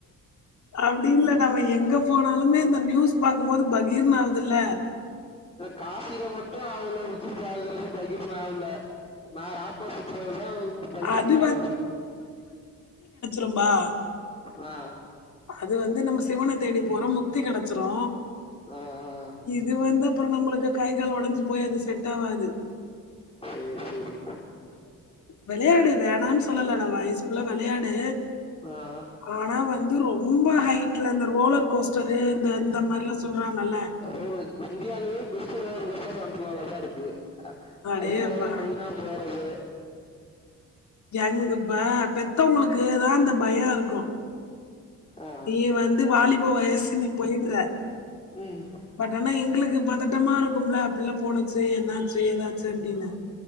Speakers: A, on the left; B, on the left.
A: அப்டி இல்ல நம்ம எங்க போனாலுமே இந்த நியூஸ் பாக்கும்போது பகீர்ன்னு ஆவூதுல்ல
B: காபியில மட்டு அவ்ளவு இது பாக்குறது பகீர்னா ல நான் ராட்னம் சுத்துறதுதா உங்ளுக்கு பகீர்னு
A: அது
B: ஆகுது
A: ரும்பா
B: ஆ
A: அது வந்து நம்ம சிவன தேடி போறோ முக்தி கெடச்சுரு
B: ஆ ஆ
A: இது வந்து அப்ரொ நம்ளுக்கு கை கால் ஓடஞ்சு போய் அது செட் டாவாது
B: சேர் சேரி
A: வெளையாடு வேணான்னு சொல்லல நா வயசு பிள்ள வெளையாடு
B: ஆ.
A: ஆனா வந்து ரொ ரொம்ப ஹைட்ல இந்த ரோலர் கோஸ்டரு இந்த இந்த மாரிலா சொல்றாங்கல்ல
B: ரோ இந்தியாலேயே பெஸ்ட் ரோளர் <unintelligible> இருக்கு
A: அடே
B: அதுக்காகதா
A: அப்பா,
B: மெயினா போறதே
A: ஜங் <unintelligible> இப்ப பெத்தவுங்களுக்கு தான் அந்த பயோ இருக்கு
B: ஆ.
A: நீ வந்து வாலிப வயசு நீ போய்டுற
B: ம்.
A: பட் ஆனா எங்களுக்கு பதட் டமா இருக்கும்ல பிள்ள போனுச்சு என்னாச்சு ஏதாச்சு அப்டின்னு